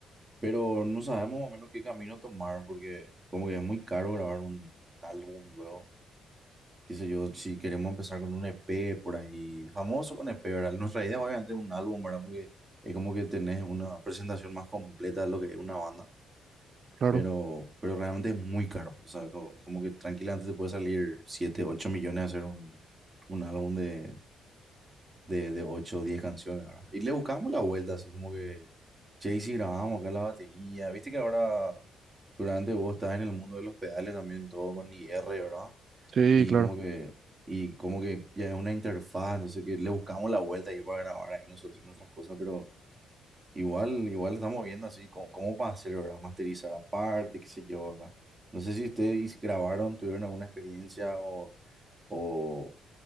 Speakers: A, on the right; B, on the right.
A: pero no sabemos más o menos qué camino tomar porque como que es muy caro grabar un, un álbum luego. Qué sé yo, si queremos empezar con un EP por ahí, famoso con EP, ¿verdad? Nuestra idea obviamente es un álbum, ¿verdad? Porque es como que tenés una presentación más completa de lo que es una banda,
B: claro.
A: pero, pero realmente es muy caro. O sea, co- es como que tranquilamente te puede salir 7 8 millones hacer un, un álbum de, de, de 8 o 10 canciones, ¿verdad? Y le buscamos la vuelta, así como que, che, y si grabamos acá la batería, viste que ahora seguramente vos estás en el mundo de los pedales también, todo con IR, ¿verdad?
B: Sí,
A: Y
B: claro.
A: como que, y como que ya es una interfaz, entonces que le buscamos la vuelta ahí para grabar ahí nosotros nuestras cosas, pero igual, igual estamos viendo así cómo, cómo para hacer, ¿verdad? Masterizar aparte, qué sé yo, ¿verdad? No sé si ustedes grabaron, tuvieron alguna experiencia o, o,